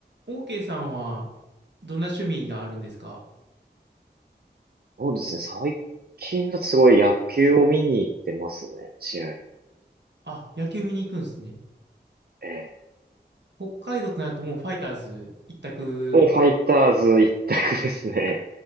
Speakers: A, on the right; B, on the right.
A: OK さんは、どんな趣味があるんですか
B: そうですね。最近だとすごい野球を見に行ってますね。試合を。
A: あ、野球見に行くんですね。
B: ええ。
A: 北海道となるともうファイターズ一択。
B: もうファイターズ一択ですね。